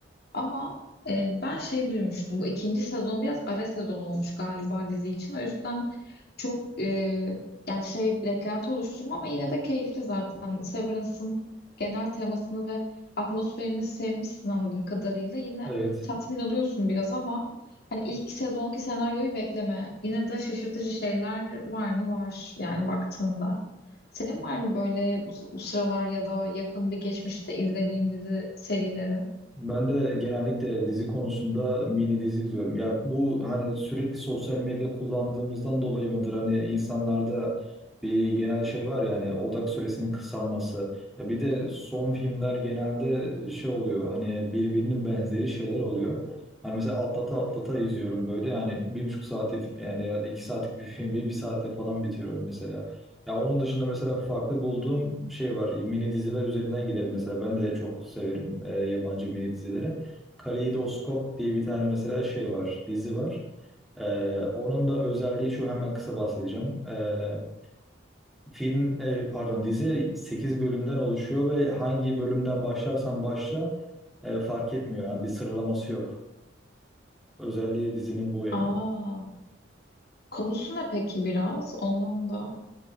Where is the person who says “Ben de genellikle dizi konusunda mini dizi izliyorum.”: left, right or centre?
Centre